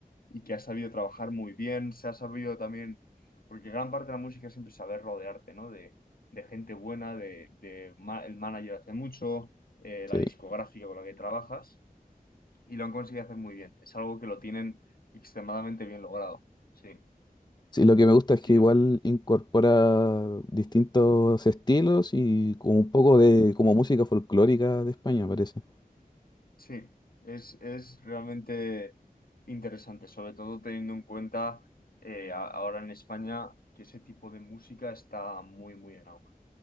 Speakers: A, on the left; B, on the left.
A: y que ha sabido trabajar muy bien, se ha sabido también, porque gran parte de la música es siempre saber rodearte, ¿no? De, de gente buena, de, de ma- el manager hace mucho, eh, la
B: sí.
A: discográfica con la que trabajas y lo han conseguido hacer muy bien. Es algo que lo tienen extremadamente bien logrado. Sí,
B: Sí, lo que me gusta es
A: sí,
B: que
A: yo.
B: igual incorpora distintos estilos y como un poco de como música folclórica de España, parece.
A: Sí, es, es realmente interesante, sobre todo teniendo en cuenta eh, a- ahora en España que ese tipo de música está muy, muy en auge.